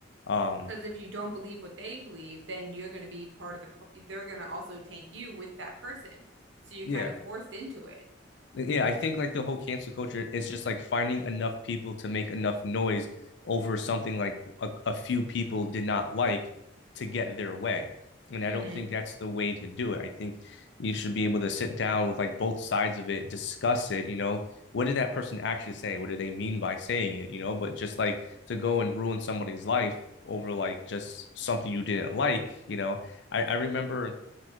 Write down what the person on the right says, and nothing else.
Because if you don't believe what they believe, then you're going to be part of the, po- they're going to also tank you with that person. So you're
kind of forced into it.
You,
hmm